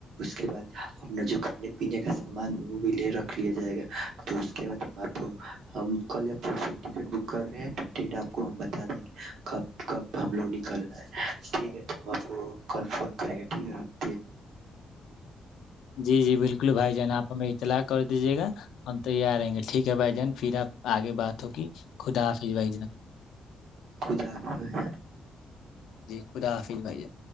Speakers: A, on the right; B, on the left.
A: اس کے بعد اپنا جو کھانے پینے کا سامان وہ بھی لے رکھ لیا جائے گا تو اس کے بعد ہم آپ کو ہم کل پھر ٹکٹ بک کر رہے ہیں تو ڈیٹ آپ کو ہم بتا دیں گے کب کب ہم لوگ نکلنا ہے ٹھیک ہے تو ہم آپ کو کل فون کریں گے ٹھیک ہے ر
B: جی جی بالکل بھائی جان آپ ہمیں اطلاع کر دیجیے گا ہم تیار آ رہیں گے ٹھیک ہے بھائی جان پھر آپ آگے بات ہوگ خدا حافظ بھائی جناب
A: خدا حافظ
B: جی خدا حافظ بھیا